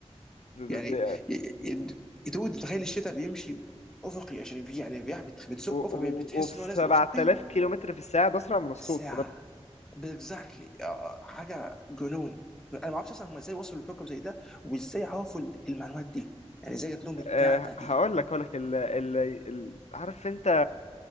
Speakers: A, on the left; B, in the centre.
A: ده
B: يعني
A: ده ده
B: ي- ي- دود تخيل الشتاء بيمشي افقي عشان في يعني الرياح بت- بتزقه
A: و-
B: فبتحس
A: و- وب 7000
B: ان هو نازل افقي
A: كيلو متر في الساعة ده اسرع من الصوت
B: ساعه بالظبط حاجه جنون انا ما اعرفش اصلا هم ازاي وصلوا لكوكب زي ده وازاي عرفوا المعلومات دي يعني ازاي جات لهم الداتا
A: آه،
B: دي
A: هقول لك هقول لك ال... ال... ال... عارف انت